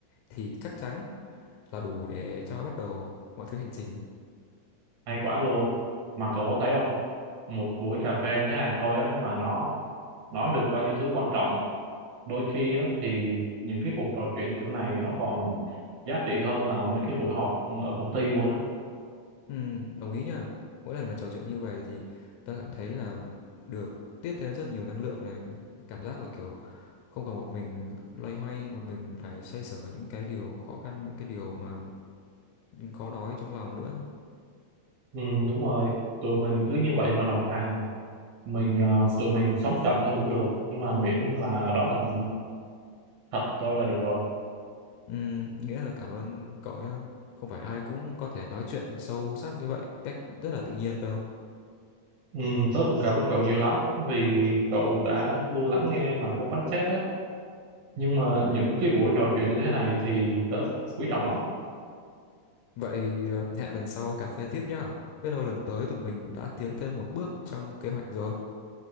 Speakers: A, on the left (about 80°); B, on the right (about 70°).
A: thì chắc chắn là đủ để cho bắt đầu mọi thứ hành trình.
B: hay quá luôn mà cậu có thấy không một buổi cà phê như thế này thôi á mà nó nói được bao nhiêu thứ quan trọng đôi khi á thì những cái cuộc trò chuyện kiểu này nó còn giá trị hơn là mấy cái buổi họp ở công ty luôn á
A: Ừ, đồng ý nhá. Mỗi lần mà trò chuyện như vậy thì ta cảm thấy là được tiếp thêm rất nhiều năng lượng này, cảm giác là kiểu không còn một mình loay hoay, một mình phải xoay sở những cái điều khó khăn, những cái điều mà khó nói trong lòng nữa.
B: ừ, đúng rồi tụi mình cứ như vậy mà đồng hành mình ờ, tụi mình sống chậm thôi cũng được nhưng mà miễn là đó là ừ, thật thôi là được rồi
A: Ừm, nghĩa là cảm ơn cậu nhé. Không phải ai cũng có thể nói chuyện sâu sắc như vậy một cách rất là tự nhiên đâu.
B: Ừ, tớ cũng cảm ơn cậu nhiều lắm vì cậu đã luôn lắng nghe mà không phán xét đó. Nhưng mà những cái buổi trò chuyện như thế này thì tớ quý trọng lắm.
A: Vậy ờ, hẹn lần sau cà phê tiếp nhá. Biết đâu lần tới tụi mình đã tiến thêm một bước trong kế hoạch rồi.